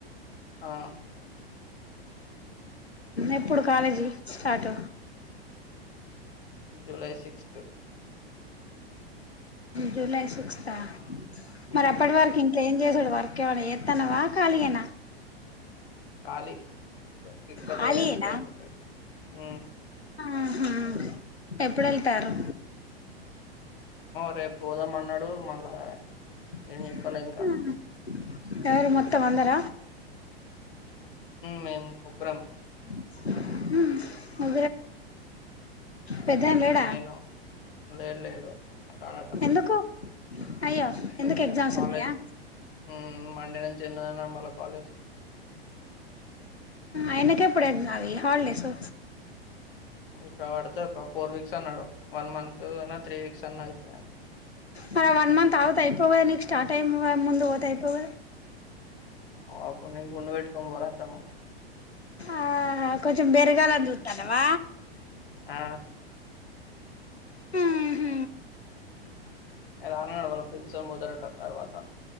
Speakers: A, on the left; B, on the left.
A: ఆ
B: ఎప్పుడు college start
A: July sixth
B: July సిక్స్తా మరి
A: మ్మ్
B: అప్పటి వర్కి ఏం చేసుడు వర్క్ ఏమన్నా చేతన్నవ కాలిఏనా
A: ఖాళీ తిరుపతి
B: కలియేన
A: పోయేస్తే అయిపోతది మ్మ్
B: ఆహా ఎప్పుడు వెళ్తారు
A: రేపు పోదామన్నాడు మళ్ళా
B: <unintelligible>
A: ఏం చెప్పలే ఇంకా
B: మొత్తం అందర
A: మేము ముగ్గరం
B: <unintelligible> ఉ పెద్ద ఆయన లేడ
A: నేను లేడు లేడు రాడట
B: ఎందుకు అయ్యో ఎందుకు
A: ఇంకా
B: ఎక్జామ్స్
A: కాలేజ్
B: ఉన్నాయా
A: హ్మ్. మండే నుంచి ఉన్నదన్నాడు మళ్ళా కాలేజ్.
B: అయిన <unintelligible> హాలిడేసు
A: ఇంక పడితే ఒక ఫోర్ వీక్స్ అన్నాడు వన్ మంత్ త్రీ వీక్స్ అన్నా అయితే
B: మరి వన్ మంత్ ఆగితే అయిపోవదు నీకు స్టార్ట్ అయి ముందు పోత అయిపోవ
A: అప్పుడు నేను గుండు పెట్టుకొని <unintelligible> మా
B: ఆహా <unintelligible>
A: ఆ
B: ఉ హు
A: <unintelligible> ఫ్రెండ్స్ తోని పోతరంట తర్వాత